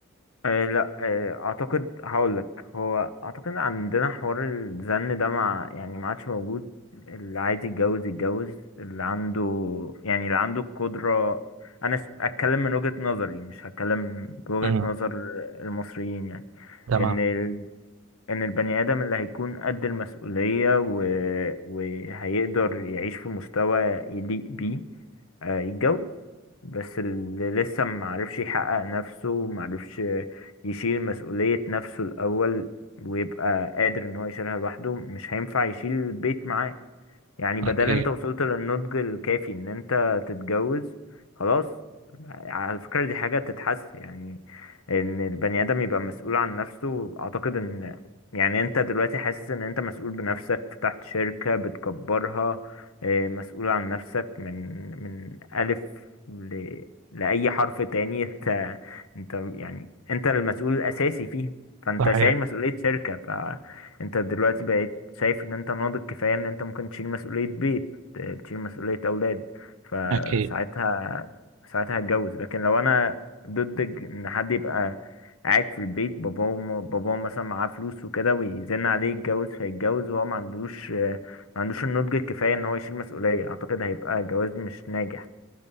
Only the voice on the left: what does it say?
آه لا آه اعتقد هقول لك هو اعتقد عندنا حوار الزن ده مع يعني ما عادش موجود اللي عايز يتجوز يتجوز اللي عنده يعني اللي عنده القدرة انا س- اتكلم من وجهة نظري مش هتكلم بوجهة
نظر المصريين يعني
ان ال... ان البني ادم اللي هيكون قد المسؤولية و... وهيقدر يعيش في مستوى يليق بيه آه، يتجوز بس اللي لسه معرفش يحقق نفسه معرفش يشيل مسؤولية نفسه الأول ويبقى قادر إن هو يشيلها لوحده مش هينفع يشيل البيت معاه يعني بدل
انت وصلت للنضج الكافي ان انت تتجوز خلاص على فكرة دي حاجة تتحس يعني ان البني ادم يبقى مسؤول عن نفسه اعتقد ان يعني انت دلوقتي حاسس ان انت مسؤول بنفسك فتحت شركة بتكبرها اه، مسؤول عن نفسك من من الف ل... لأي حرف تاني <laughs> انت انت يعني انت المسؤول الاساسي فيها فانت
شايل مسؤولية شركة انت دلوقتي بقيت شايف ان انت ناضج كفاية ان انت ممكن تشيل مسؤولية بيت ت- تشيل مسؤولية اولاد فساعتها
ساعتها هتجوز لكن لو انا ضد ج- ان حد يبقى قاعد في البيت باباه وم- باباه مثلا معاه فلوس وكده ويزن عليه يتجوز فيتجوز وهو ما عندوش ما عندوش النضج الكفاية ان هو يشيل مسؤولية اعتقد هيبقى جواز مش ناجح